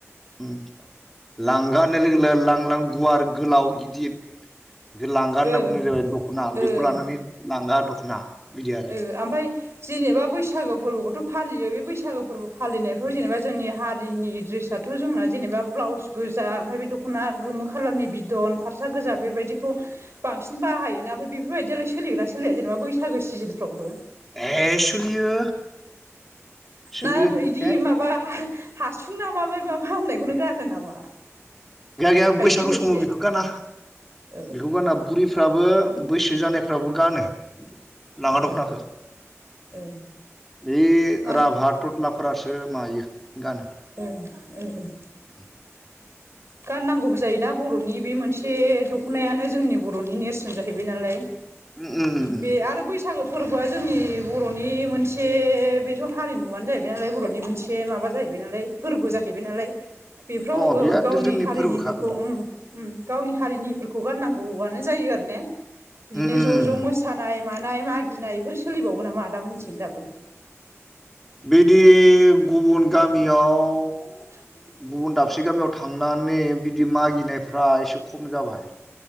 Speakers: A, in the centre; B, on the right (about 60°).
A: उम लांगा होननाय लोगो लोगो लां लां गुवार गोलाव गिदिर बेखौ लांगा होनना
B: ओ
A: बुंनाय जाबाय दखना
B: ओ
A: बेखौ
B: ओ
A: लानानै लांगा दखना बिदि आरो
B: ओ आमफाय जेनेबा बैसागो फोरबोखौथ फालियो बे बैसागो फोरबो फालिनायफ्राव जेनेबा जोंनि हारिनि द्रेसाथ' जोंना जेनबा ब्लाउस गोजा ओमफ्राय बे दखना गोमो खालारनि बिदन फारसा गोजा बेबादि बेखौ बांसिन बाहायोना ओमफाय बेफोरबाय‌ दियालाय सोलिगोना सोलिया जेनेबा बैसागो सिजोनफ्रावबो
A: एह सोलियो सोलियो
B: ना इदि
A: ए
B: माबा हाह हासुं ना माबाय मा फा होननायखौनो गानो नामा
A: गैया गैया
B: खायसे
A: बैसागु
B: खायसे
A: समाव बेखौ गाना
B: ओ
A: बेखौ गाना बुरिफ्राबो बैसो जानायफ्राबो गानो लांगा
B: ओ
A: दखनाखो
B: ओ
A: बे
B: मा
A: राभा थथ्लाफोरासो मायो गानो
B: ओं ओं
A: <inaudible>
B: गाननांगौबो जायोना बरनि बे मोनसे दखनायानो जोंनि बरनि नेरसोन जाहैबाय नालाय
A: उम उम उम
B: बे आरो बैसागो फोरबोआ जोंनि बरनि मोनसे बेथ' हारिमुआनो जाहैबाय नालाय बरनि मोनसे माबा जाहै हैबाय नालाय फोरबो जाहैबाय नालाय बेफ्राव
A: अ
B: ओ
A: बे आरो
B: गावनि
A: जोंनि
B: हारिनिफोरखौ
A: फोरबोखा बेयो
B: उम उम गावनि हारिनिफोरखौ गान नांगौआनो जायो आरो ने बिदिनो
A: उम उम
B: ज'
A: उम
B: ज' मोसानाय मानाय मागिनाय बेफोर सोलिबावो नामा आदा मोननिथिं दाबो?
A: बिदि गुबुन गामियाव
B: <inaudible>
A: गुबुन दाबसे गामियाव थांनानै बिदि मागिनायफ्रा एसे खम जाबाय